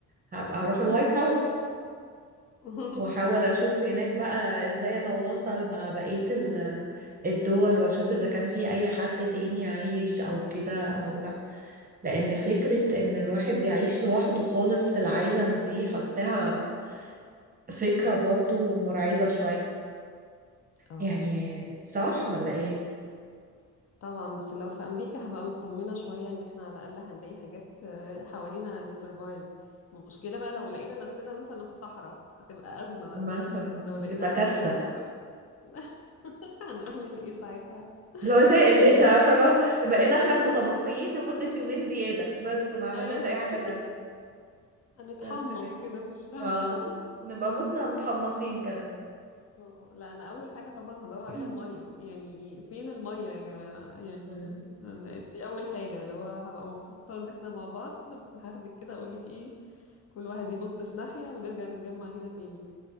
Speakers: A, on the right (about 30°); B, on the left (about 50°).
A: هبقى هروح الوايت
B: مم.
A: هاوس
B: <laughs>
A: واحاول اشوف هناك بقى ازاي اتواصل مع بقية ال- الدول واشوف اذا كان في اي حد تاني عايش او كده او لا لان فكرة ان الواحد يعيش لوحده خالص في العالم دي حاساها فكرة برضو مرعبة شوية
B: اه
A: يعني صح ولا ايه
B: طبعا بس لو في امريكا هبقى مطمنه شويه ان احنا على الاقل هنلاقي حاجات آه، حوالينا نسرفايف المشكله بقى لو لقينا نفسنا مثلا في صحراء هتبقى ازمه بقى
A: مثلا
B: لو لقينا
A: دي بقى
B: نفسنا
A: كارثة
B: <laughs> هنعمل ايه ساعتها
A: اللي هو زي قلتها
B: يعني
A: عارفه اللي هو بقينا احنا المتبقيين لمده يومين زياده بس ما عملناش
B: ايوه
A: اي حاجه
B: <laughs>
A: تانية
B: هنتحمص
A: بس كده
B: كده في الشمس
A: اه نبقى متنا متحمصين كمان
B: آه، لا انا اول حاجه طبعا هدور عليها
A: <clears throat>
B: الميه يعني فين الميه يا جماعه يعني
A: مم.
B: أنا دي اول حاجه اللي هو هبقى مبسوطه ان احنا مع بعض هاخدك كده اقول لك ايه كل واحد يبص في ناحيه ونرجع نتجمع هنا تاني